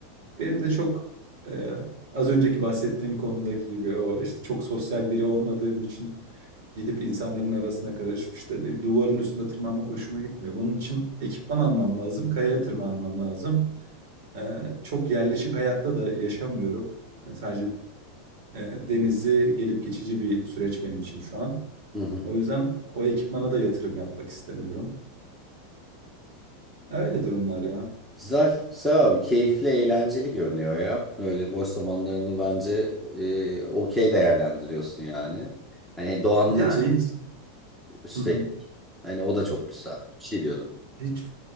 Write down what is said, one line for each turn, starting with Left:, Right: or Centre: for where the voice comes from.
Right: Benim de çok e, az önceki bahsettiğim konudaki gibi o işte çok sosyal biri olmadığım için gidip insanların arasına karışıp işte bir duvarın üstüne tırmanmak hoşuma gitmiyor. Bunun için ekipman almam lazım, kayaya tırmanmam lazım. Ee, çok yerleşik hayatta da yaşamıyorum. Yani sadece e, denizi gelip geçici bir süreç benim için şu an.
Centre: Hı hı.
Right: O yüzden o ekipmana da yatırım yapmak istemiyorum. Öyle durumlar ya.
Centre: Güzel, güzel abi. Keyifli, eğlenceli görünüyor ya. Böyle boş zamanlarını bence e, okey değerlendiriyorsun yani. Hani doğanın
Right: Yani
Centre: içi
Right: hiç,
Centre: üstelik.
Right: <laughs>
Centre: Hani o da çok güzel. Bir şey diyordun.
Right: hiç